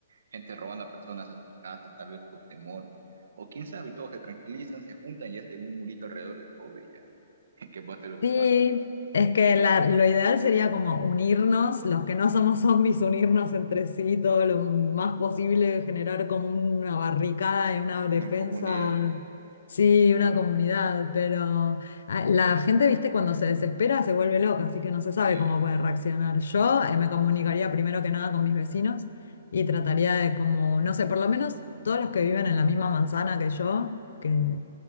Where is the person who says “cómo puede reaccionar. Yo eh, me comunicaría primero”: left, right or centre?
Left